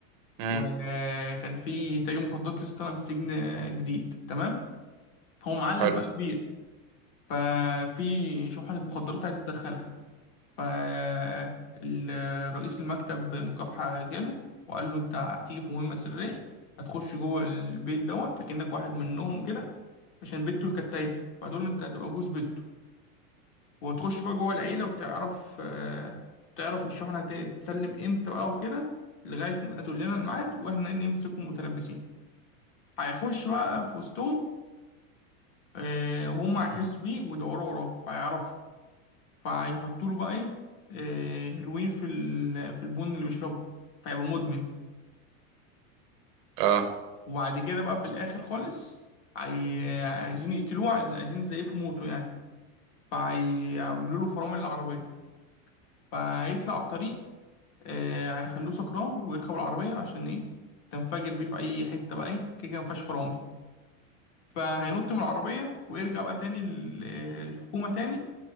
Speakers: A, on the right; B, on the left.
A: امم
B: وكان في تاجر مخدرات لسه طالع من السجن آه، جديد تمام هو معلم
A: حلو
B: بقى كبير ففي شحنة مخدرات عايز يدخلها فرئيس المكتب المكافحة جاله وقال له انت هتيجي في مهمة سرية هتخش جوه البيت دوت كأنك واحد منهم وكده عشان بنته كانت تايهة فهتقول له انت هتبقى جوز بنته وهتخش بقى جوه العيلة وتعرف آه، تعرف الشحنة هت- تسلم امتى بقى وكده لغاية ما تقول لنا الميعاد واحنا نمسكهم متلبسين هيخش بقى في وسطهم آه، وهم هيحسوا بيه ويدوروا وراه فهيعرفوا فيحطوا له بقى ايه آه، هيروين في ال- في البن اللي بيشربه فيبقى مدمن
A: اه
B: وبعد كده بقى في الاخر خالص عاي... عايزين يقتلوه عايز... عايزين يزيفوا موته يعني فهيعملوا له فرامل العربية فهيطلع على الطريق آه، هيخلوه سكران ويركب العربية عشان ايه تنفجر بيه في اي حتة بقى ايه كده كده مفيهاش فرامل فهينط من العربية ويرجع بقى تاني لل- الحكومة تاني